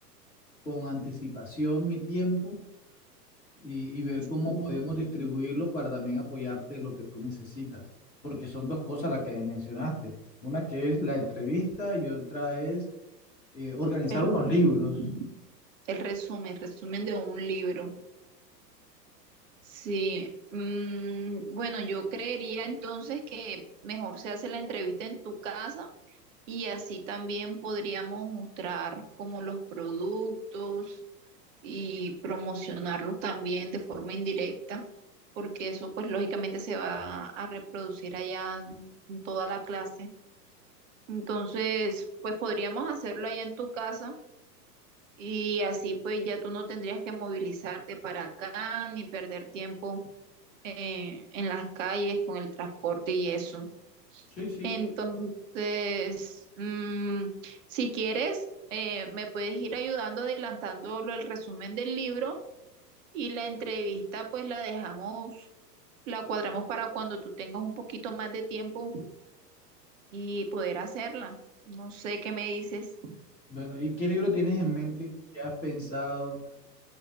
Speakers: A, on the left; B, on the right.
A: con anticipación mi tiempo y, y ver cómo
B: Mm,
A: podemos distribuirlo para también apoyarte en lo que tú necesitas. Porque son dos cosas las que mencionaste. Una que es la entrevista y otra es eh, organizar
B: El resumen.
A: unos libros.
B: el resumen, el resumen de un libro. Sí, mm, bueno, yo creería entonces que mejor se hace la entrevista en tu casa Y así también podríamos mostrar como los productos y promocionarlos también de forma indirecta, porque eso pues lógicamente se va a reproducir allá en toda la clase. Entonces, pues podríamos hacerlo allá en tu casa y así pues ya tú no tendrías que movilizarte para acá ni perder tiempo eh, en las calles con el transporte y eso.
A: Sí, sí.
B: Entonces, mm, si quieres, eh, me puedes ir ayudando adelantando lo- el resumen del libro y la entrevista, pues la dejamos, la cuadramos para cuando tú tengas un poquito más de tiempo y poder hacerla. No sé qué me dices.
A: Bueno, ¿y qué libro tienes en mente? ¿Qué has pensado?